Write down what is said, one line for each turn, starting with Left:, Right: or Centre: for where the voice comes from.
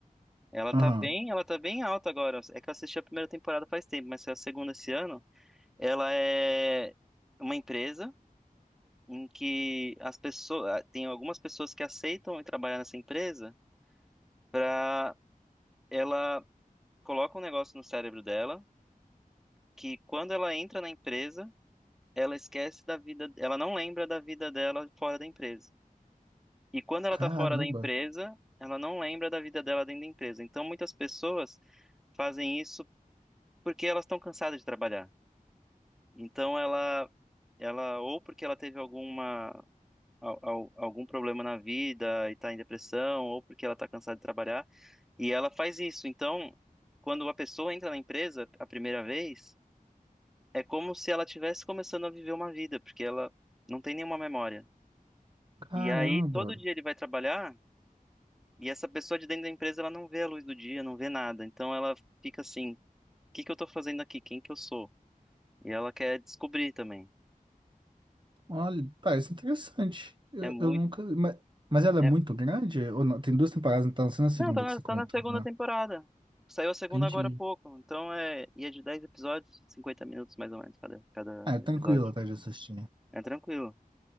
Centre: Ela tá
Right: Aham.
Centre: bem, ela tá bem alta agora. É que eu assisti a primeira temporada faz tempo, mas saiu a segunda esse ano. Ela é uma empresa em que as pessoas, tem algumas pessoas que aceitam ir trabalhar nessa empresa pra ela coloca um negócio no cérebro dela que quando ela entra na empresa, ela esquece da vida, ela não lembra da vida dela fora da empresa. E quando ela
Right: Caramba,
Centre: tá fora da empresa, ela não lembra da vida dela dentro da empresa. Então muitas pessoas fazem isso porque elas estão cansadas de trabalhar. Então ela ela ou porque ela teve alguma al- al- algum problema na vida e tá em depressão, ou porque ela tá cansada de trabalhar, e ela faz isso. Então, quando a pessoa entra na empresa a primeira vez, é como se ela estivesse começando a viver uma vida, porque ela não tem nenhuma memória.
Right: caramba.
Centre: E aí todo dia ele vai trabalhar e essa pessoa de dentro da empresa ela não vê a luz do dia, não vê nada. Então ela fica assim, o que que eu tô fazendo aqui? Quem que eu sou? E ela quer descobrir também.
Right: Olha, parece interessante. Eu,
Centre: É muito
Right: eu nunca. Mas, mas ela
Centre: é
Right: é muito grande? Ou não? Tem duas temporadas, então não sendo a segunda
Centre: Não, tá na,
Right: que você
Centre: tá
Right: comentou,
Centre: na segunda
Right: né?
Centre: temporada. Saiu a segunda
Right: Entendi.
Centre: agora há pouco. Então é. E é de 10 episódios, 50 minutos mais ou menos cada, cada
Right: Ah, é
Centre: episódio.
Right: tranquilo até de assistir,
Centre: É tranquilo.